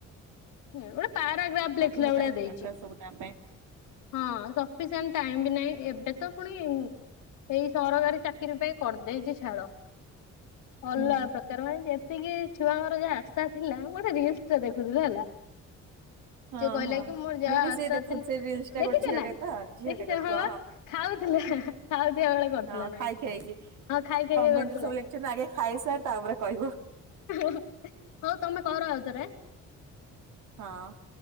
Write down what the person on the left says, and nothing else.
ମୋର ପାରାଗ୍ରାଫ ଲେଖିଲା
ଭେଳିଆ
ଦେଇଛି
ହଁ ସ ସଫିସେଣ୍ଟ ଟାଇମ ବି ନାହିଁ ଏବେ ତ ପୁଣି ଏଇ ସରକାରୀ ଚାକିରି ପାଇଁ କରିଦେଇଛି ଛାଡ ଅଲଗା
ପ୍ରକାର ମାନେ ଯେ ସେତିକି ଛୁଆଙ୍କର ଯାହା ଆଶା ଥିଲା। ମୁଁ ଗୋଟେ ରିଲସ୍ ଟେ ଦେଖୁଥିଲି ହେଲା।
ସେ କହିଲା
କି ମୋର ଯାହା
ଆସା
ଥିଲା
ଦେଖିଛ
ନାଁ
ଦେଖିଚ
ହଁ ଵା ଖାଉଥିଲା ଖାଉଥିବା ବେଳେ କରିଥିଲା
ନା
ଆଉ।
ହଁ ଖାଇ ଖାଇକି
କରିଥିଲା।
<inaudible> ହଁ ତମେ କର ଆଉଥରେ।